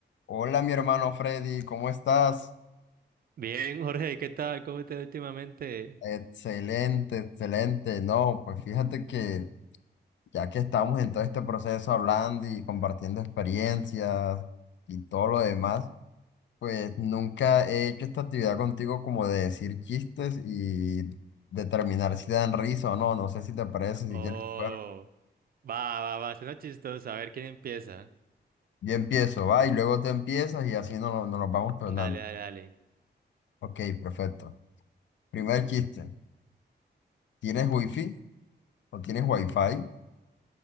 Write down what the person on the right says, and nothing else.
Bien, Jorge, ¿qué tal? ¿Cómo te va últimamente?
Oh,
va, va, va, suena chistoso. A ver quién empieza.
Dale, dale, dale.